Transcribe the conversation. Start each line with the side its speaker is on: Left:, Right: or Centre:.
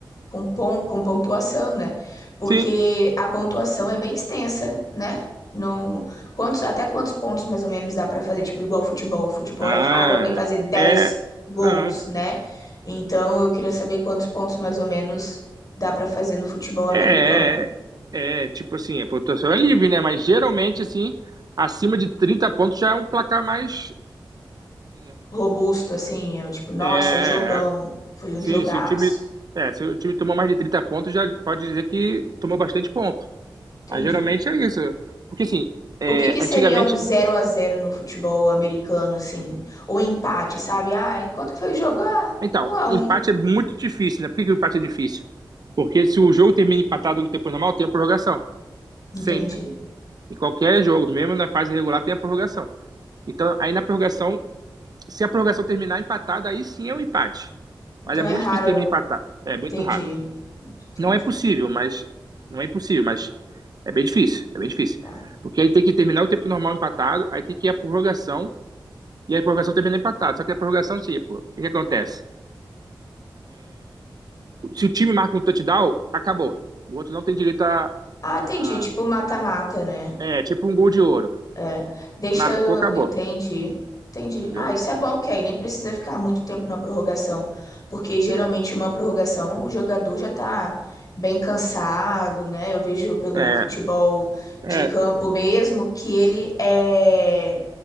Left: com, pon, com pontuação, né? Porque
Right: Sim.
Left: a pontuação é bem extensa, né? Não, quantos, até quantos pontos mais ou menos dá pra fazer? Tipo, igual futebol. Futebol
Right: Ah,
Left: é raro alguém fazer dez
Right: é. é,
Left: gols,
Right: Não.
Left: né? Então eu queria saber quantos pontos mais ou menos dá pra fazer no futebol americano.
Right: É, é, é, tipo assim, a pontuação é livre, né? Mas geralmente, assim, acima de 30 pontos já é um placar mais. assim, né?
Left: robusto, assim, eu, tipo, nossa,
Right: É,
Left: é jogão, foi um
Right: sim,
Left: jogaço.
Right: se o time, é, se o time tomou mais de 30 pontos, já pode dizer que tomou bastante ponto.
Left: Entendi.
Right: Mas geralmente é isso. Porque assim, é,
Left: O que que seria
Right: antigamente.
Left: um zero a zero no futebol americano, assim? Ou empate, sabe? Ai, quanto que foi o jogo? Ah,
Right: Então,
Left: 1 a um
Right: empate é muito difícil, né? Por que que o empate é difícil? Porque se o jogo termina empatado no tempo normal, tem a prorrogação. Sempre.
Left: Entendi.
Right: Em qualquer jogo, mesmo na fase regular, tem a prorrogação. Então, aí na prorrogação, se a prorrogação terminar empatada, aí sim é um empate.
Left: Então
Right: Mas é
Left: é
Right: muito
Left: raro.
Right: difícil terminar empatado. É muito
Left: Entendi.
Right: raro.
Left: Entendi.
Right: Não é possível, mas. Não é impossível, mas é bem difícil. É bem difícil.
Left: Tá.
Right: Porque aí tem que terminar o tempo normal empatado, aí tem que ir a prorrogação, e a prorrogação termina empatado. Só que a prorrogação, tipo, o que acontece? Se o time marca um touchdown, acabou. O outro não tem direito a.
Left: Ah,
Right: a
Left: entendi. Tipo, mata-mata, né?
Right: é, tipo um gol de ouro.
Left: É, deixa
Right: Marcou,
Left: eu.
Right: acabou.
Left: Entendi. Entendi.
Right: Entendeu?
Left: Ah, isso é bom, porque aí nem precisa ficar muito tempo na prorrogação. Porque geralmente
Right: Sim.
Left: uma prorrogação o jogador já tá bem cansado, né? Eu vejo pelo
Right: É,
Left: futebol
Right: é.
Left: de campo mesmo que ele é.